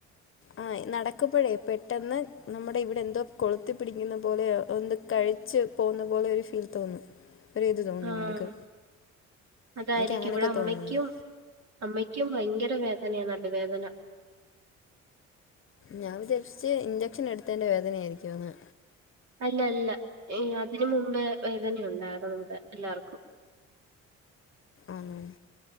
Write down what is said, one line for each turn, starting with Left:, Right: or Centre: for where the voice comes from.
Left: ആഹ് നടക്കുമ്പഴേ പെട്ടെന്ന് നമ്മുടെ ഇവിടെന്തോ കൊളുത്തി പിടിക്കുന്ന പോലെയോ ഒന്ന് കഴിച്ച് പോവുന്ന പോലെ ഒരു ഫീൽ തോന്നും ഒരു ഇത് തോന്നും
Right: ആഹ്
Left: നമുക്ക്
Right: അതായിരിക്കും
Left: എനിക്ക് അങ്ങനെയൊക്കെ
Right: ഇവിടെ അമ്മയ്ക്കും
Left: തോന്നുന്നുണ്ട്
Right: അമ്മയ്ക്കും ഭയങ്കര വേദനയ നടുവേദന
Left: ഞാൻ വിചാരിച്ച് ഇഞ്ചക്ഷൻ എടുത്തേന്റെ വേദനയായിരിയ്ക്കൂന്ന്
Right: അല്ല അല്ല ഏഹ് അതിന് മുമ്പേ വേദനയുണ്ടായിരുന്നു ഇവടെ എല്ലാവർക്കും
Left: ആണോ?